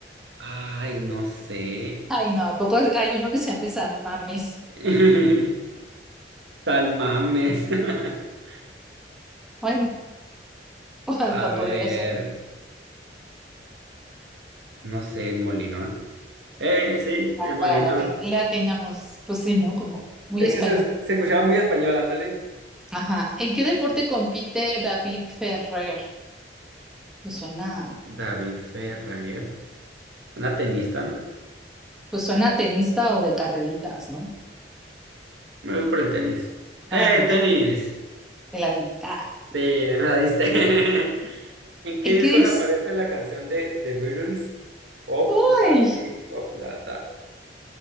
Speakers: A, on the right (about 70°); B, in the centre.
A: Ay, no sé.
B: Ay, no, ¿a poco hay uno que se llame San Mames?
A: <laughs> Tal mames. <laughs>
B: Bueno, <laughs> hasta
A: A ver,
B: podría ser.
A: no sé, el Molinón. Eh, sí,
B: Ah,
A: el Molinón.
B: mira, le atin- le atinamos, pues sí, ¿no? Como muy
A: Es
B: español.
A: que se, se escuchaba muy español, ándale.
B: Ajá. ¿En qué deporte compite David Ferrer? Pues suena,
A: David Ferrer. una tenista, ¿no?
B: pues suena a tenista o de carreritas, ¿no?
A: Me voy por el tenis. ¡Eh,
B: Ah, mira,
A: tenis!
B: te la di. Ah,
A: Sí, me la diste.
B: ¿no?
A: <laughs> ¿En qué
B: ¿En
A: discos
B: qué dis?
A: aparece la canción de The Beatles? Obladi,
B: ¡Ay!
A: oblada,